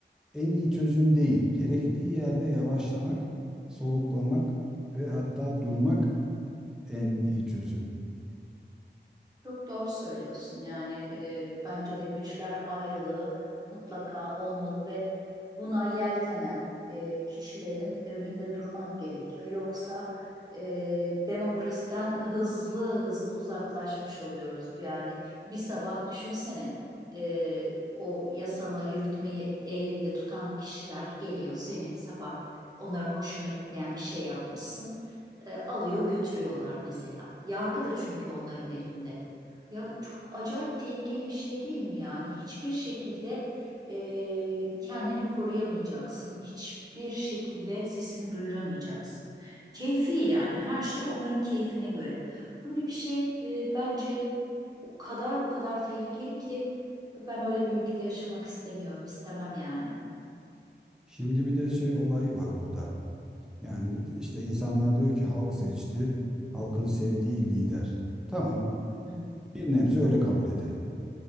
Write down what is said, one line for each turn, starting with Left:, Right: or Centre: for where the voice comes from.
Centre: en iyi çözüm değil. Gerektiği yerde yavaşlamak, soluklamak ve hatta durmak en iyi çözüm.
Right: Çok doğru söylüyorsun. Yani e, bence de güçler ayrılığı mutlaka olmalı ve buna yeltenen e, kişilerin önünde durmak gerekiyor. Yoksa e, demokrasiden hızlı hızlı uzaklaşmış oluyoruz. Yani bir sabah düşünsene e, o yasama yürütmeyi elinde tutan kişiler geliyor seni sabah onların hoşuna gitmeyen bir şey yapmışsın. E, alıyor götürüyorlar mesela. Yargı da çünkü onların elinde. Ya çok acayip tehlikeli bir şey değil mi yani? Hiçbir şekilde eee, kendini koruyamayacaksın. Hiçbir şekilde sesini duyuramayacaksın. Keyfi yani her şey onların keyfine göre. Böyle bir şey eee, bence o kadar o kadar tehlikeli ki ben öyle bir ülkede yaşamak istemiyorum. istemem yani.
Centre: Şimdi bir de şey olayı var burada. Yani işte insanlar diyor ki halk seçti, halkın sevdiği lider. Tamam,
Right: Hı
Centre: bir nebze öyle kabul edelim.